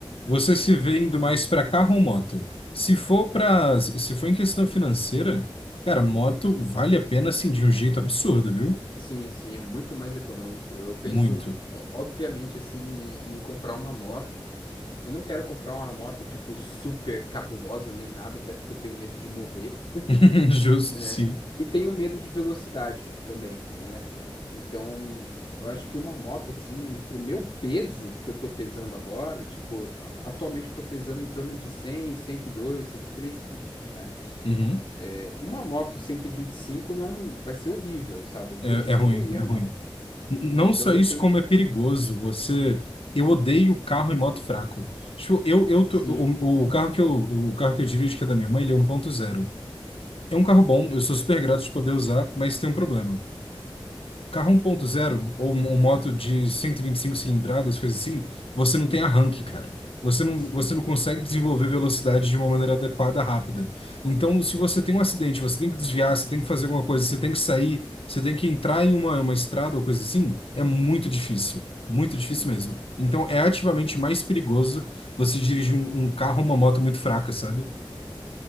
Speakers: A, on the left (about 85°); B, on the left (about 60°).
A: você se vê indo mais pra carro ou moto? Se for para, se for em questão financeira, cara, moto vale a pena, assim, de um jeito absurdo, viu?
B: Sim, sim, é muito mais econômico. Eu penso,
A: Muito.
B: o- obviamente, assim, em em comprar uma moto. Eu não quero comprar uma moto, tipo, super cabulosa nem nada, até porque eu tenho medo de morrer, <laughs>
A: <laughs> Justo,
B: né?
A: sim.
B: E tenho medo de velocidade também, né? Então, eu acho que uma moto, assim, pro meu peso que eu tô pesando agora, tipo, a- atualmente eu tô pesando em torno de cem cento e dois cento e três quilos. né?
A: Uhum.
B: É, Uma moto cento e e vinte e cinco não vai ser horrível, sabe? Eu vou
A: É,
B: destruir
A: é ruim, é
B: a
A: ruim.
B: moto.
A: Não
B: Então
A: só
B: eu
A: isso,
B: penso,
A: como é perigoso. Você, eu odeio carro e moto fraco. Tipo, eu, eu tô-
B: sim,
A: o, o carro que eu, o carro que eu dirijo, que é da minha mãe, ele é 1.0. É um carro bom, eu sou super grato de poder usar, mas tem um problema. Carro 1.0 ou um uma moto de 125 cilindradas, coisa assim, você não
B: uhum,
A: tem arranque, cara. Você não,
B: sim,
A: você não consegue desenvolver velocidade de uma maneira adequada, rápida. Então, se você tem um acidente, você tem que desviar, você tem que fazer alguma coisa, você tem que sair, você tem que entrar em uma, uma estrada ou coisa assim, é muito difícil. Muito
B: sim.
A: difícil mesmo. Então, é ativamente mais perigoso você dirigir um, um carro ou uma moto muito fraca, sabe?